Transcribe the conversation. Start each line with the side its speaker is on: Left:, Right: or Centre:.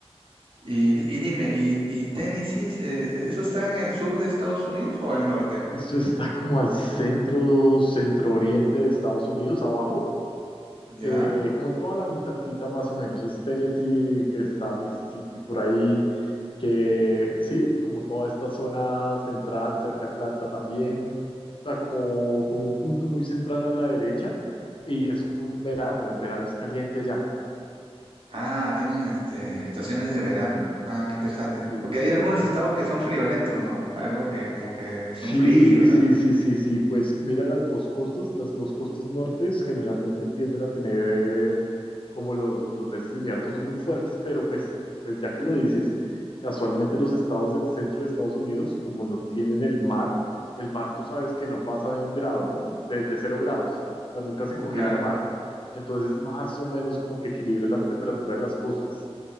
Right: Y, di- y dime, ¿y, y Tennessee, eh, eso está en el sur de Estados Unidos o al norte?
Left: Esto está como al centro, centro oriente de Estados Unidos, abajo,
Right: Ya.
Left: eh, como en toda la mitadcita más o menos, es Tennessee, que está Mississippi por ahí, que sí, como toda esta zona central, cerca a Atlanta también, o sea, como, como un punto muy central a la derecha, y eso fue un verano, el verano es caliente allá,
Right: Ah, tienen este, estaciones de verano. Ah, qué interesante.
Left: Sí,
Right: Porque
Left: correcto.
Right: hay algunos estados que son friolentos, ¿no? Algo que como que
Left: Sí,
Right: son fríos, o sea,
Left: sí, sí, sí, sí. Pues mira las dos costas. Las dos costas nortes generalmente tienden a tener como los, los meses de invierno son muy fuertes, pero pues, pues ya que lo dices, casualmente los estados del centro de Estados Unidos, como no tienen el mar, el mar tú sabes que no pasa de un grado, ¿no? De, de cero grados. O sea, nunca se congela
Right: claro.
Left: el mar. Entonces, más o menos como que equilibra las temperaturas de las costas